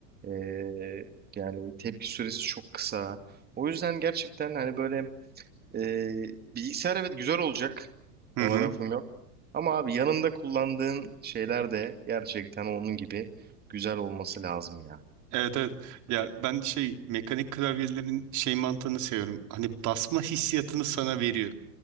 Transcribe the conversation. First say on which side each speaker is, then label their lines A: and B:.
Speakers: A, on the right; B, on the right.
A: E, yani tepki süresi çok kısa. O yüzden gerçekten hani böyle e, bilgisayar evet güzel olacak.
B: Hı
A: Ona
B: hı.
A: lafım yok. Ama abi yanında kullandığın şeyler de gerçekten onun gibi güzel olması lazım ya.
B: Evet evet. Ya ben de şey mekanik klavyelerin şey mantığını seviyorum. Hani basma hissiyatını sana veriyor.